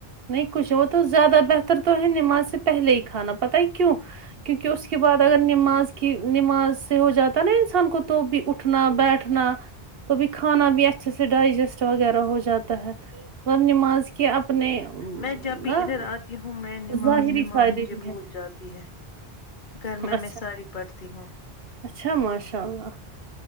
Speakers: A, on the right (about 70°); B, on the left (about 50°).
A: نہیں کچھ وہ تو زیادہ بہتر تو ہے نماز سے پہلے ہی کھانا پت ہی کیوں کیونکہ اس کے بعد اگر نماز کی نماز سے ہو جاتا نا انسان کو تو بھی اٹھنا بیٹھنا توبھی کھانا بھی اچھے سے ڈائجسٹ وغیرہ ہو جاتا ہے اب نماز کے اپنے
B: میں جب بھی
A: ہاں
B: ادھر آتی ہوں میں نماز
A: ظاہری
B: وماز
A: فائدے
B: مجھے
A: بھی
B: بھول
A: ہے
B: جاتی ہے گھر میں
A: اچھا
B: میں ساری پڑھتی ہوں
A: اچھا ماشاء اللہ